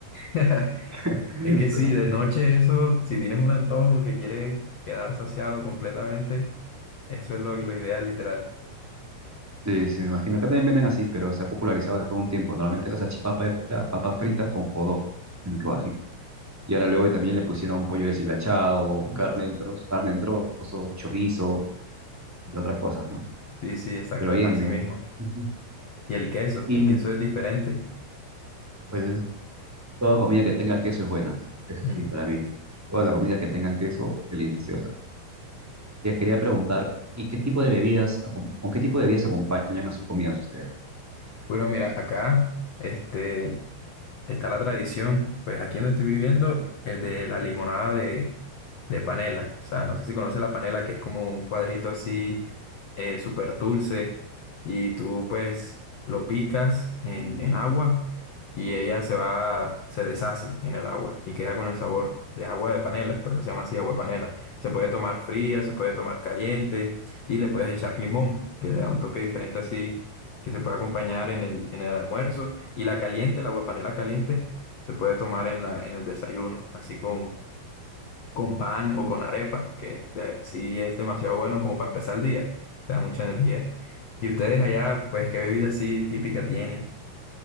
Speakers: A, on the left (about 85°); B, in the centre.
A: <laughs>
B: <laughs>
A: Es que sí, de noche eso, si tienes un antojo que quieres quedar saciado completamente, eso es lo, lo ideal, literal.
B: Sí, sí, me imagino. Acá también venden así, pero se ha popularizado después de un tiempo. Normalmente la salchipapa era papas fritas con jodoc en rodajitas. Y ahora luego también le pusieron pollo deshilachado, carne en trozos, carne en trozos, chorizo y otras cosas, ¿no?
A: Sí, sí, exacto,
B: Pero bien,
A: así
B: bien.
A: mismo.
B: Ujú.
A: Y el queso,
B: Y
A: el queso es diferente.
B: pues toda comida que tenga queso es buena. Eso
A: Mm.
B: sí, para mí. Toda la comida que tenga queso es deliciosa. Ya quería preguntar, ¿y qué tipo de bebidas, acom- con qué tipo de bebidas acompañan a sus comidas ustedes?
A: Bueno, mira, acá, este, está la tradición, pues aquí donde estoy viviendo, el de la limonada de, de panela. O sea, no sé si conoces la panela, que es como un cuadrito así eh, súper dulce y tú pues lo picas en, en agua y ella se va, se deshace en el agua y queda con el sabor de agua de panela, por eso se llama así agua de panela. Se puede tomar fría, se puede tomar caliente y le puedes echar limón, que le da un toque diferente así, que se puede acompañar en el, en el almuerzo. Y la caliente, la aguapanela caliente, se puede tomar en la, en el desayuno, así con, con pan o con arepa, que de- sí es demasiado bueno como para empezar el día, te da mucha energía. Y ustedes allá, pues, ¿qué bebida así típica tienen?